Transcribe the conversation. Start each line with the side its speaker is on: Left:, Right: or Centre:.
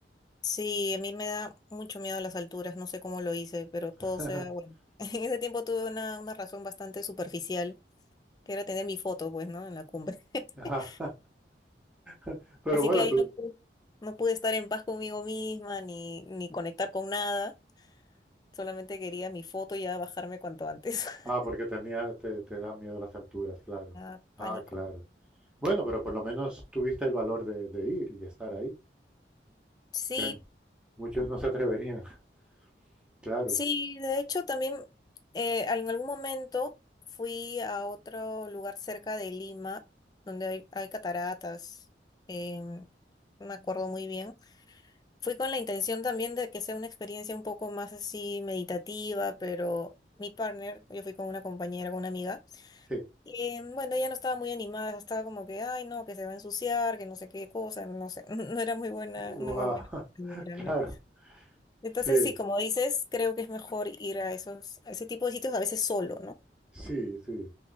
Left: Sí, a mí me da mucho miedo las alturas, no sé cómo lo hice, pero
Centre: <laughs>
Left: todo se bueno. <laughs> En ese tiempo tuve una, una razón bastante superficial, que era tener mi foto, pues, ¿no? En la cumbre. <laughs>
Centre: Ah, <laughs> Pero
Left: Así
Centre: bueno,
Left: que ahí no, pu- no pude estar en paz conmigo misma ni, ni conectar con nada, solamente quería mi foto y ya bajarme cuanto antes. <laughs>
Centre: Ah, porque tenía, te, te da miedo las alturas, claro.
Left: Ah, pánico.
Centre: Ah, claro. Bueno, pero por lo menos tuviste el valor de, de ir y estar ahí,
Left: Sí,
Centre: que hay, muchos no se atreverían, <laughs> claro.
Left: Sí, de hecho también eh, en algún momento fui a otro lugar cerca de Lima, donde hay, hay cataratas, em, no me acuerdo muy bien. Fui con la intención también de que sea una experiencia un poco más así meditativa, pero mi partner, yo fui con una compañera, con una amiga,
Centre: Sí.
Left: y em, bueno, ella no estaba muy animada, estaba como que, ay no, que se va a ensuciar, que no sé qué cosa, no sé, <laughs> no era muy buena,
Centre: Guau,
Left: una muy buena compañera,
Centre: <laughs> Claro,
Left: ¿no? Entonces,
Centre: sí.
Left: sí, como dices, creo que es mejor ir a esos, a ese tipo de sitios a veces solo, ¿no?
Centre: Sí, sí.